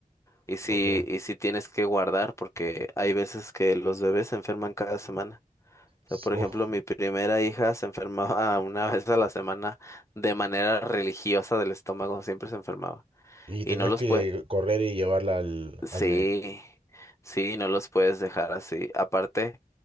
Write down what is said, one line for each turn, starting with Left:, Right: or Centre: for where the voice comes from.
Left: Y sí,
Right: ok.
Left: y sí tienes que guardar, porque hay veces que los bebés se enferman cada semana. O sea,
Right: S-
Left: por
Right: uf,
Left: ejemplo, mi primera hija se enfermaba <laughs> una vez a la semana de manera religiosa del estómago, siempre se enfermaba.
Right: y
Left: Y
Right: tenías
Left: no los
Right: que
Left: puedes,
Right: correr y llevarla al,
Left: sí,
Right: al médico.
Left: sí, no los puedes dejar así. Aparte,